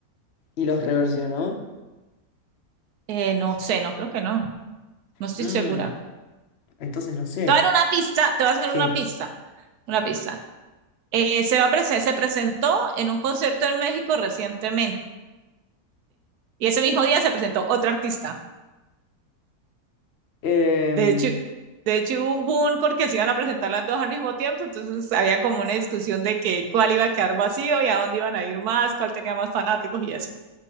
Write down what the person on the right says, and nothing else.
Eh, no sé, no creo que no. No estoy
segura.
Te voy a dar una pista, te voy a hacer
una pista. Una pista. Eh, se va a presen- se presentó en un concierto en México recientemente. Y ese mismo día se presentó otra artista.
De hecho, de hecho hubo un boom porque se iban a presentar las dos al mismo tiempo, entonces había como una discusión de que cuál iba a quedar vacío y a dónde iban a ir más, cuál tenía más fanáticos y eso.